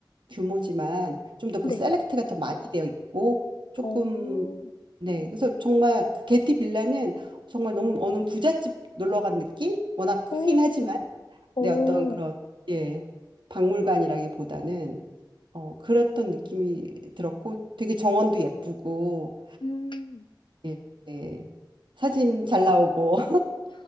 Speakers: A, on the right; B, on the left.
A: 규모지만, 좀 더
B: 네.
A: 그 셀렉트가 더 많이 되어 있고, 조금,
B: 어.
A: 네. 그래서 정말, 그 게티 빌라는 정말 너무 어느 부잣집 놀러 간 느낌? 워낙 크긴
B: 오.
A: 하지만,
B: 오.
A: 네. 어떤 그런, 예. 박물관이라기보다는, 어, 그랬던 느낌이 들었고, 되게 정원도 예쁘고,
B: 음.
A: 예, 예. 사진 잘 나오고